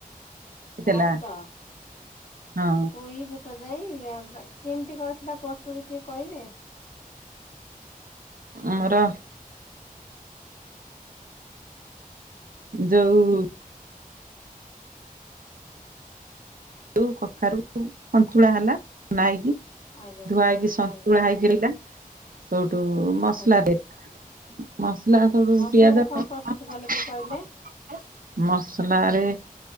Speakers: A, on the right (about 70°); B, on the left (about 50°).
A: ହେଇଥିଲା
B: ଘାଟ
A: ହଁ
B: ପୋଇବୁଟ ଯାଇ କେମିତି କରି ତା ପ୍ରସ୍ତୁତି ଟିକେ କହିବେ?
A: ଆମର ଯୋଉ ଯୋଉ କଖାରୁ ସନ୍ତୁଳା ହେଲା ନା ହେକି
B: ଆଜ୍ଞା
A: ଧୁଆ ହେଇକି ସନ୍ତୁଳା
B: ଆଜ୍ଞା
A: ହେଇକିଲା ସୋଉଠୁ ମସଲା
B: ଆଜ୍ଞା
A: ଦେଇ ମସଲା ସେଠୁ
B: ମସଲା
A: ପିଆଜ
B: ଟା କଣ
A: ରସୁଣ
B: ପ୍ରସ୍ତୁତ କଲେ ଟିକେ କହିଲେ?
A: ମସଲାରେ